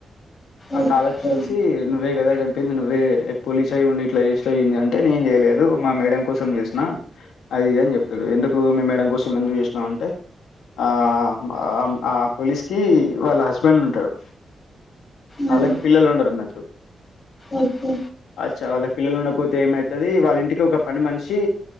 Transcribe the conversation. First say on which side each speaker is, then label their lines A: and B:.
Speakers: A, on the left; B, on the left.
A: ఆ
B: ఓకే
A: కాలచ్చుజూసి నువ్వే గదా జం ప్పింది నువ్వే పోలీస్ అయి ఉండి ఇట్లా జేసినవ్ ఏంది అంటే నేం జేయలేదు మా మేడం కోసం జేసిన అది ఇది అని జేప్తాడు ఎందుకు మీ మేడం కోసం ఎందుకు జెసినావ్ అంటే ఆ ఆ ఆమ్ ఆ పోలీస్కి వాళ్ళ హస్బెండ్ ఉంటాడు
B: ఉమ్,
A: అళ్ళకి పిల్లలుండరు అన్నట్టు
B: ఓకే
A: అచ్చ వాళ్ళకి పిల్లలు ఉండ పోతే ఏమైతది వాళ్ళింటికి ఒక పని మనిషి